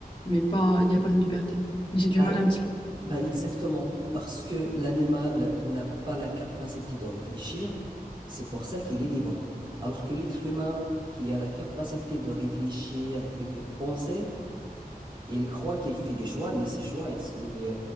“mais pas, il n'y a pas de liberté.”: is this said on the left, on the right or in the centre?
Left